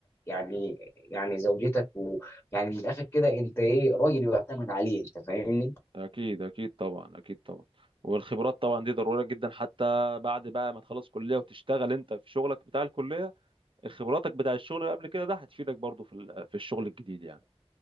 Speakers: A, on the left (about 20°); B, on the right (about 55°).
A: يعني يعني زوجتك ويعني من الاخر كده انت ايه راجل يعتمد عليه انت فاهمني
B: اكيد اكيد طبعا اكيد طبعا والخبرات طبعا دي ضرورية جدا حتى بعد بقى ما تخلص كلية وتشتغل انت في شغلك بتاع الكلية خبراتك بتاع الشغل اللي قبل كده ده هتفيدك برضو في ال- في الشغل الجديد يعني